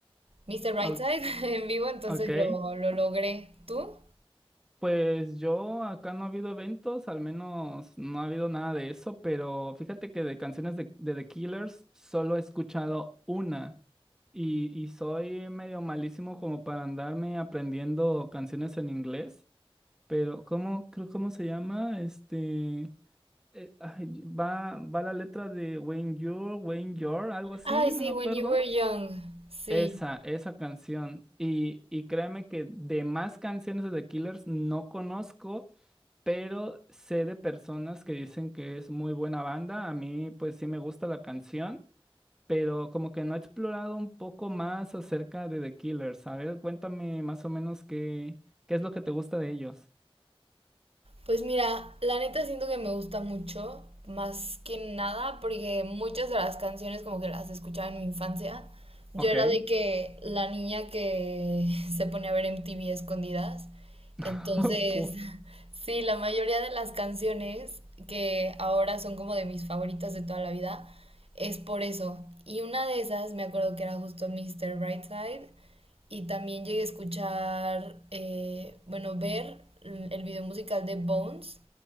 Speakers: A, on the right (about 80°); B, in the centre.
A: Mr. Brightside
B: o-
A: <laughs> en vivo, entonces
B: Ok.
A: lo, lo logré. ¿Tú?
B: Pues yo acá no ha habido eventos, al menos no ha habido nada de eso, pero fíjate que de canciones de, de The Killers solo he escuchado una y, y soy medio malísimo como para andarme aprendiendo canciones en inglés, pero ¿cómo, creo, cómo se llama? Este... eh, ay, va, va la letra de When You're, When You're, algo así,
A: Ay,
B: no
A: sí,
B: me acuerdo.
A: When You Were Young. Sí.
B: Esa, esa canción. Y, y créeme que de más canciones de The Killers no conozco, pero sé de personas que dicen que es muy buena banda. A mí, pues sí me gusta la canción, pero como que no he explorado un poco más acerca de The Killers. A ver, cuéntame más o menos qué, qué es lo que te gusta de ellos.
A: Pues mira, la neta siento que me gusta mucho, más que nada, porque muchas de las canciones como que las escuchaba en mi infancia. Yo
B: Ok.
A: era de que la niña que <laughs> se pone a ver MTV escondidas.
B: <laughs>
A: Entonces,
B: Pu-
A: <laughs> sí, la mayoría de las canciones que ahora son como de mis favoritas de toda la vida es por eso. Y una de esas me acuerdo que era justo Mr. Brightside. Y también llegué a escuchar, eh, bueno, ver el video musical de Bones,